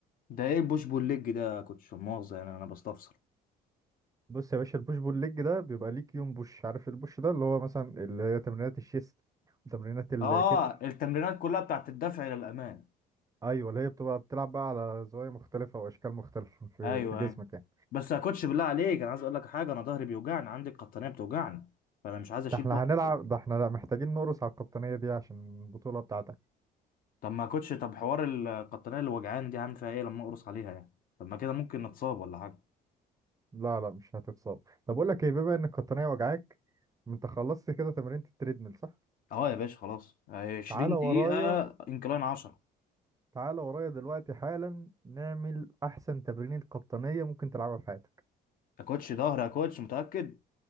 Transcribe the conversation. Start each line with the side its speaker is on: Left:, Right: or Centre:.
Left: ده ايه البوش بول ليج ده يا كوتش لا مؤاخذة يعني انا بستفسر
Right: بص يا باشا البوش بول ليج ده بيبقى ليك يوم بوش عارف البوش ده اللي هو مثلا اللي هي تمرينات الشيست وتمرينات الكتف
Left: اه التمرينات كلها بتاعت الدفع الى الامام مم.
Right: ايوه اللي هي بتبقى بتلعب بقى على زوايا مختلفه واشكال مختلفه في
Left: ايوه
Right: في جسمك
Left: ايوه
Right: يعني
Left: بس يا كوتش بالله عليك انا عايز اقول لك حاجة انا ظهري بيوجعني عندي القطنية بتوجعني فانا مش عايز اشيل
Right: ده احنا
Left: برضه
Right: هنلعب ده احنا محتاجين نقرص على القطنيه دي عشان البطوله بتاعتك
Left: طب ما يا كوتش طب حوار القطنية اللي وجعاني دي هعمل فيها ايه لما اقرص عليها يعني طب ما كده ممكن نتصاب ولا حاجة
Right: لا لا مش هتتصاب طب اقول لك ايه بما ان القطنيه وجعاك انت خلصت كده تمرينة التريدميل صح
Left: اه يا باشا خلاص 20
Right: تعالى
Left: دقيقة
Right: ورايا
Left: انكلاين 10
Right: تعالى ورايا دلوقتي حالا نعمل أحسن تمرينة قطنية ممكن تلعبها في حياتك
Left: يا كوتش ظهر يا كوتش متأكد